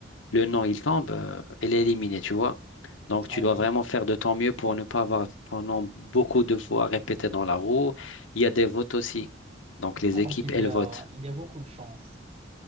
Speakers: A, on the left; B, on the right.
A: le nom il tombe, euh, elle est éliminée, tu vois. Donc, tu
B: Aïe.
A: dois vraiment faire de ton mieux pour ne pas avoir ton nom beaucoup de fois répété dans la roue. Il y a des votes aussi. Donc, les
B: Ah,
A: équipes,
B: donc il
A: elles
B: y a,
A: votent.
B: il y a beaucoup de chance.